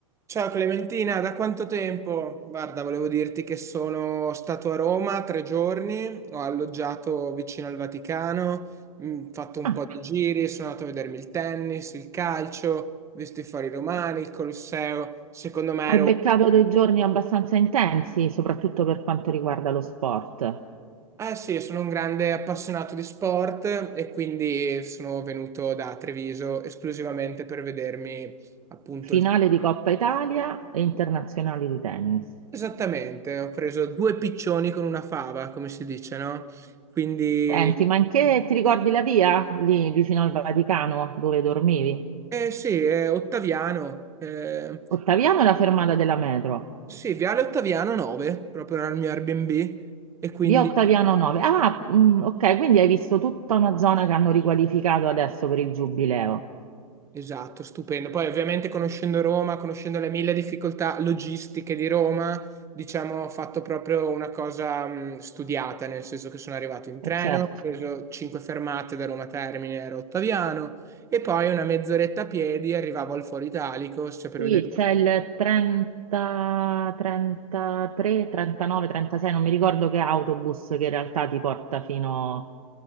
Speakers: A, on the right; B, on the right.
A: Ciao Clementina, da quanto tempo? Guarda, volevo dirti che sono stato a Roma tre giorni, ho alloggiato vicino al Vaticano, mh, fatto un
B: Ah,
A: po' di giri, sono andato a vedermi il tennis, il calcio, ho visto i Fari Romani, il Colosseo. Secondo me ero...
B: hai beccato dei giorni abbastanza intensi, soprattutto per quanto riguarda lo sport.
A: Eh sì, sono un grande appassionato di sport e quindi sono venuto da Treviso esclusivamente per vedermi appunto
B: Finale
A: il tennis.
B: di Coppa Italia e internazionali di tennis.
A: Esattamente, ho preso due piccioni con una fava, come si dice, no? Quindi,
B: Senti, ma in che ti ricordi la via lì vicino al Vaticano dove dormivi?
A: eh, sì, è Ottaviano, eh,
B: Ottaviano è la fermata della metro,
A: sì, Viale Ottaviano 9, proprio era il mio Airbnb, e quindi
B: via Ottaviano 9. Ah, mm, ok, quindi hai visto tutta una zona che hanno riqualificato adesso per il giubileo.
A: Esatto, stupendo. Poi ovviamente conoscendo Roma, conoscendo le mille difficoltà logistiche di Roma, diciamo, ho fatto proprio una cosa mh, studiata, nel senso che sono arrivato in treno,
B: E certo.
A: ho preso cinque fermate da Roma Termine, ero Ottaviano, e poi una mezz'oretta a piedi arrivavo al Foro Italico, cioè per
B: Sì,
A: vedere...
B: c'è il 30, 33, 39, 36, non mi ricordo che autobus che in realtà ti porta fino